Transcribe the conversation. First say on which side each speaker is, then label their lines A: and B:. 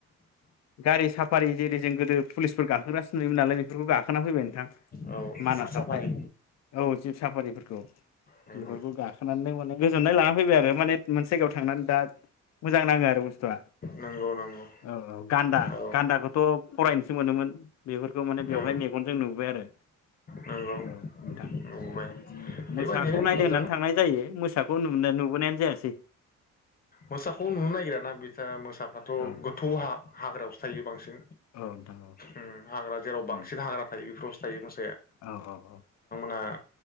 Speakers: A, on the left; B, on the left.
A: गारि साफारि जेरै जों गोदो पुलिसफोर गाखोग्रासो नुयोमोन नालाय बेफोरखौ गाखोना फैबाय नोंथां
B: औ
A: मानासावहाय
B: जिब साफारि
A: औ जिब साफारिफोरखौ
B: नंगौ
A: इफोरखौ गाखोनानै होबाय गोजोननाय लाना फैबाय आरो माने मोनसे जायगायाव थांनानै दा मोजां नाङो आरो बुस्थुआ
B: नंगौ नंगौ
A: औ औ गान्दा
B: औ
A: गान्दाखौथ' फरायनोसो मोनोमोन बेफोरखौ माने बेवहाय
B: औ
A: मेगनजों नुबाय आरो
B: नंगौ
A: औ नोंथां
B: नुबोबाय
A: <unintelligible>
B: बेबायदिनो
A: मोसाखौ नायनो
B: मोजां
A: होननानै थांनाय जायो मोसा बो नुनाय नुबोनायानो जायासै
B: मोसाखौ नुनो नागिराना बिथ' मोसाफ्राथ'
A: औ
B: गोथौ हाग्रायावसो थायो बांसिन
A: औ नोंथां औ नोंथां औ
B: ओम हाग्रा जेराव बांसिन
A: उम
B: हाग्रा थायो बेफोरावसो थायो मोसाया
A: औ औ औ
B: आं